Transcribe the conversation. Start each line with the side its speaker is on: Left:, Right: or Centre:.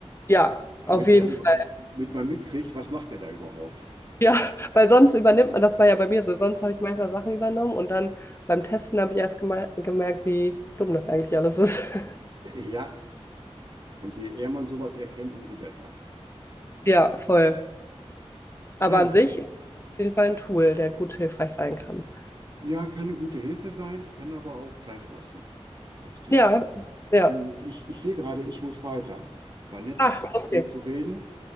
Left: Ja,
Right: damit
Left: auf jeden
Right: man, über,
Left: Fall.
Right: damit man mitkriegt, was macht er da überhaupt.
Left: Ja, <laughs> weil sonst übernimmt man, das war ja bei mir so, sonst habe ich manchmal Sachen übernommen und dann beim Testen habe ich erst geme- gemerkt, wie dumm das eigentlich alles ist. <laughs>
Right: Ja, und je eher man sowas erkennt, umso besser.
Left: Ja, voll. Aber
Right: Ja,
Left: an sich auf jeden Fall ein Tool, der gut hilfreich sein kann.
Right: ja, kann eine gute Hilfe sein, kann aber auch Zeit kosten. Das stimmt.
Left: Ja, ja.
Right: Du, ich, ich sehe gerade, ich muss weiter. War nett,
Left: Ach,
Right: mit
Left: okay.
Right: dir zu reden.